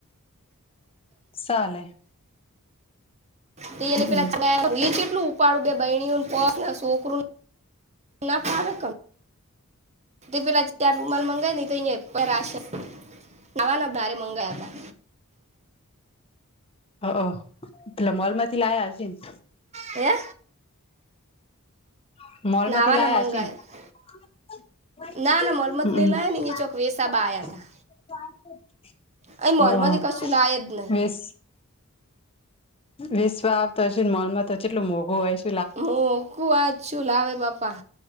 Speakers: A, on the left; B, on the right.
A: ચાલે.
B: <unintelligible>
A: હમ
B: ઉપાડુ બે બેયની <unintelligible> સોકરૂ ના ફાવે તે પેલા ચાર રૂમાલ મંગાય નહી તો અં નવાના ભારે મંગાયા હતા.
A: હ તલા મોલમાંથી લયા હશન
B: હેં
A: મોલમાંથી
B: નાવાના મંગાયા
A: લાયાસી હમ
B: ના ના મલમત નહીં લાયા ને અહીંયા
A: હમ
B: ચોક વેસાબા આયા હતા
A: હા હ
B: અહીં મોલમાંથી કશું લાય
A: વીસ
B: જ નહીં
A: વિશવ આવ તોશેને મોલમાં તો જેટલું મોઘું હોય છે.
B: હુંકું આજ છું લાવે બાપા